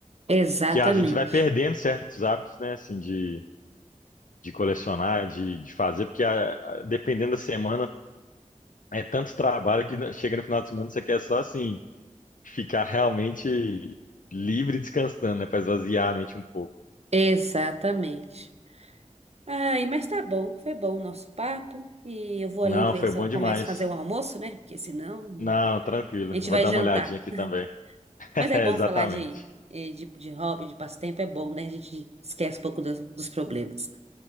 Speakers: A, on the right; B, on the left.
A: Exatamente.
B: que a gente vai perdendo certos hábitos, né? Assim, de, de colecionar, de, de fazer, porque a- a- dependendo da semana, é tanto trabalho que chega no final de semana você quer só assim ficar realmente livre e descansando, né? Para esvaziar a mente um pouco.
A: Exatamente. Ai, mas tá bom, foi bom o nosso papo. E eu vou
B: Não,
A: ali ver
B: foi
A: se
B: bom
A: eu começo
B: demais.
A: a fazer um almoço, né? Porque senão hum,
B: Não, tranquilo.
A: a gente
B: Vou
A: vai
B: dar
A: jantar.
B: uma olhadinha aqui também. <laughs>
A: Mas é
B: É,
A: bom
B: exatamente.
A: falar de, eh, de, de hobby, de passatempo, é bom, né? A gente esquece um pouco dos, dos problemas.